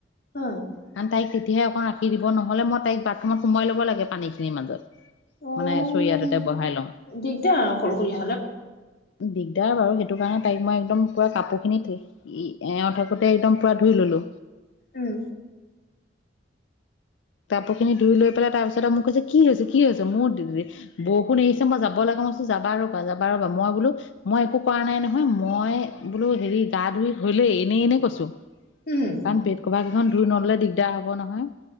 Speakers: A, on the left; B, on the left.
A: হা
B: কাৰণ তাই কেতিয়া ৰাখি দিব নহলে মই তাইক বাথৰুমত সোমোৱাই ল'ব লাগে পানী খিনিৰ মাজত
A: অ'
B: মানে চৰিয়াটোতে বহাই লও
A: দিগদাৰ অকলশৰীয়া হ'লে
B: দিগদাৰ বাৰু, সেইটো কাৰণে তাইক মই একদম পুৰা কাপোৰখিনি ই-এওঁ থাকোঁতে একদম পুৰা ধুই ললোঁ।
A: উম
B: কাপোৰ খিনি ধুই লৈ পেলাই তাৰ পিছতে মোক কৈছে কি হৈছে কি হৈছে মোৰ বৰষুণ এৰিছে মই যাব লগা মই কৈছোঁ যাবা ৰ'বা - যাবা ৰবা মই বোলো মই একো কৰা নাই নহয় মই বোলো হেৰি গা ধুই <unintelligible> এনেই -এনেই কৈছো কাৰণ
A: উম
B: বেট কভাৰ কেইখন ধুই নললে দিগদাৰ হব নহয়।